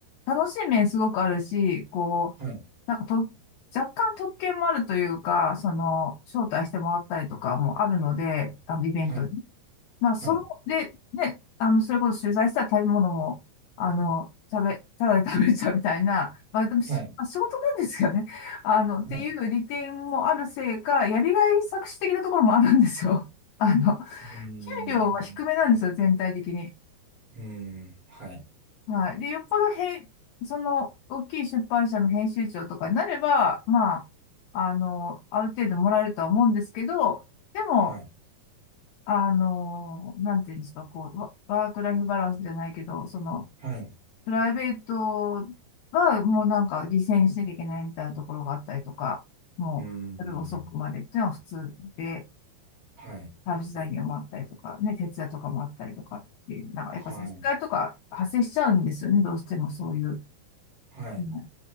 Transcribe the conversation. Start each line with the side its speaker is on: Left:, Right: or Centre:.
Left: 楽しい面すごくあるし、こう、
Right: はい、
Left: なんかと、若干特権もあるというか、その、招待してもらったりとかもあるので、あの、イベントに。
Right: はい、
Left: まあ、その、
Right: はい、
Left: で、ね、あの、それこそ取材したら食べ物も、あの、食べ、ただで食べちゃうみたいな、まあ、でもし、
Right: はい、
Left: まあ、仕事なんですよね。あの、っていう利点もあるせいか、
Right: はい、はい
Left: やりがい搾取的なところもあるんですよ。あの、給
Right: うーん、
Left: 料は低めなんですよ、全体的に。
Right: うーん、はい、
Left: はい。で、よっぽどへ、その、大きい出版社の編集長とかになれば、まあ、あの、ある程度もらえるとは思うんですけど、でも、
Right: はい、
Left: あの、なんていうんですか、こう、ワワークライフバランスじゃないけど、その、
Right: はい、
Left: プライベートはもうなんか犠牲にしなきゃいけないみたいなところがあったりとか、もう、
Right: うーん、
Left: 夜遅くまでっていうのは普通で、
Right: はい、
Left: サービス残業もあったりとか、ね、徹夜とかもあったりとかっていう、なんかやっぱ接待とか発生しちゃうんですよね、
Right: はい、
Left: どうしてもそういう。
Right: はい、
Left: うん